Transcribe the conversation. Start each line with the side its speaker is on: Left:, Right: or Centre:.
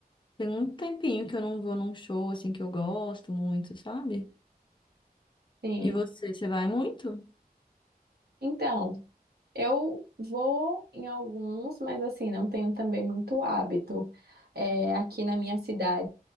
Left: tem um tempinho que eu não vou num show assim que eu gosto muito, sabe?
Right: Sim.
Left: E você, você vai muito?
Right: Então. Eu vou em alguns, mas assim, não tenho também muito hábito. É, aqui na minha cidade